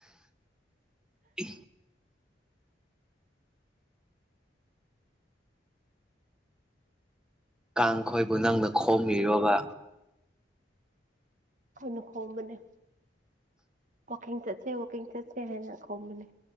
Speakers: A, in the centre; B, on the right.
A: <unintelligible> ꯀꯥꯡꯈꯣꯏꯕꯨ ꯅꯪꯅ ꯈꯣꯝꯃꯤꯔꯣꯕ
B: ꯑꯩꯅ ꯈꯣꯝꯕꯅꯦ ꯋꯥꯀꯤꯡ ꯆꯠꯁꯦ ꯋꯥꯀꯤꯡ ꯆꯠꯁꯦ ꯍꯥꯏꯅ ꯈꯣꯝꯕꯅꯦ